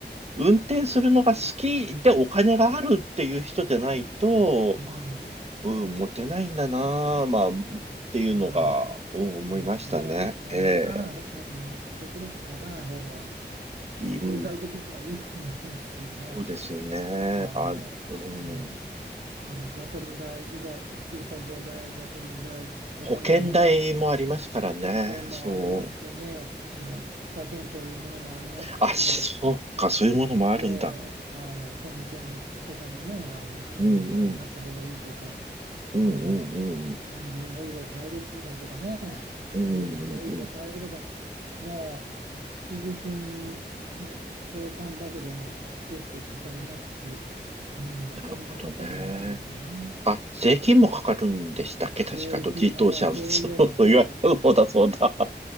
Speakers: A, on the right; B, on the right.
A: 運転するのが好きでお金があるっていう人じゃないと、
B: うん。
A: うん、モテないんだな、まあ、っていうのが、
B: うん、
A: うん、思いましたね。
B: そうですね。あの持たない、
A: え
B: ほうん、極力持たない方がい経済的にもいいと思いますよね。
A: え、うん、そうですよね。
B: あの、
A: あ、うん、
B: うん、あのガソリン代以外、駐車場代、ガソリン代、他にもね、
A: 保険代もありますからね。
B: あの保険もありますしね、
A: そう。
B: あの車検というものもありますし、
A: あ、そうか、そういうものもあるんだ。
B: ええ、あの点検とかもね、あの1年に1回出した方がいいとか、
A: うんうん、うんうんうんうん、
B: もうエンジンオイルを変えるだとかね、
A: うんうんうん。
B: ブレーキオイルを変えるとか、もう必需品の交換だけでも結構かかりますし、うん、お金のかかるものですよね。
A: なるほどね。あ、税金もかかるんでしたっけ確か、
B: 税金も、
A: と自動車は、
B: ああ、そういえばそうですよ。
A: そういわゆる方だそうだ。